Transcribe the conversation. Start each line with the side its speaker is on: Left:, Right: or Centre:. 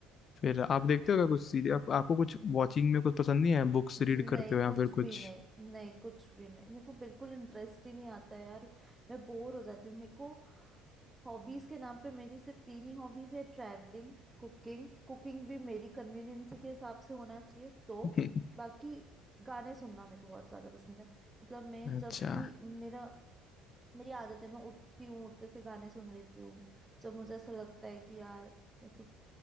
Left: फिर आप देखते हो क्या कुछ सीरीज आप, आपको कुछ वॉचिंग में कुछ पसंद नहीं है बुक्स
Right: नहीं
Left: रीड करते हो या
Right: कुछ
Left: फिर कुछ
Right: भी नहीं नहीं कुछ भी नहीं मेरे को बिल्कुल इंटरेस्ट ही नहीं आता यार मैं बोर हो जाती हूँ मेरे को हॉबीज के नाम पे मेरी सिर्फ तीन ही हॉबीज है ट्रैवलिंग कुकिंग कुकिंग भी मेरी कन्वीनियंस के हिसाब से होना चाहिए तो
Left: <laughs>
Right: बाकी गाने सुनना मेरे को बहुत ज्यादा पसंद है मतलब मैं
Left: अच्छा
Right: जब भी मेरा मेरी आदत है मैं उठती हूँ उठते से गाने सुन लेती हूँ जब मुझे ऐसा लगता है कि यार मेरे को